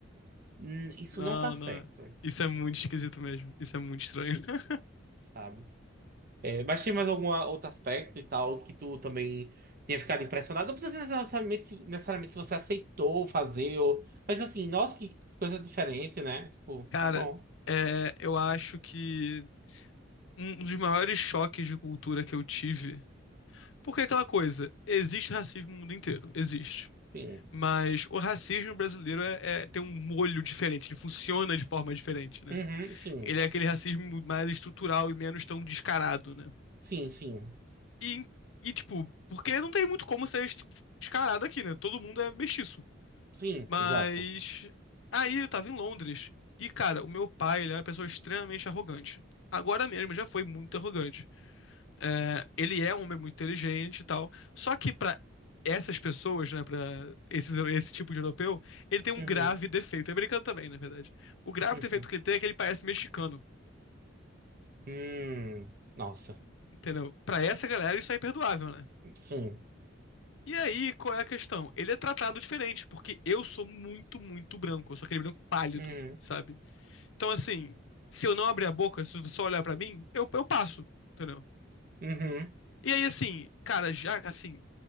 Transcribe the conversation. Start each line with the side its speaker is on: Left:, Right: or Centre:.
Right: "Hum, isso
Left: Não,
Right: não tá certo,
Left: não. Isso é muito esquisito mesmo. Isso é muito estranho. <laughs>
Right: sabe? É, mas tinha mais algum outro aspecto e tal que tu também tenha ficado impressionado? Não precisa ser necessariamente, que- necessariamente que você aceitou fazer, ou... mas assim, nossa, que coisa diferente, né? Tipo,
Left: Cara,
Right: tá bom.
Left: é, eu acho que um um dos maiores choques de cultura que eu tive. Porque é aquela coisa, existe racismo no mundo inteiro, existe.
Right: Sim.
Left: Mas o racismo brasileiro é, é- tem um molho diferente, ele funciona de forma diferente, né?
Right: Uhum, sim.
Left: Ele é aquele racismo mais estrutural e menos tão descarado, né?
Right: Sim, sim.
Left: E, e tipo, porque não tem muito como ser des- descarado aqui, né? Todo mundo é mestiço.
Right: Sim,
Left: Mas
Right: exato.
Left: aí eu tava em Londres e, cara, o meu pai, ele é uma pessoa extremamente arrogante. Agora mesmo já foi muito arrogante. É, ele é um homem muito inteligente e tal. Só que pra essas pessoas, né, para esses, esse tipo de europeu, ele tem um
Right: Uhum,
Left: grave defeito. É americano também, na verdade. O grave
Right: uhum.
Left: defeito que ele tem é que ele parece mexicano,
Right: Hum, nossa.
Left: entendeu? Pra essa galera isso é imperdoável, né?
Right: Sim.
Left: E aí, qual é a questão? Ele é tratado diferente, porque eu sou muito, muito branco. Eu sou aquele branco pálido,
Right: Uhum,
Left: sabe? Então, assim, se eu não abrir a boca, se você só olhar pra mim, eu, eu passo, entendeu?
Right: uhum,
Left: E aí, assim, cara, já, assim,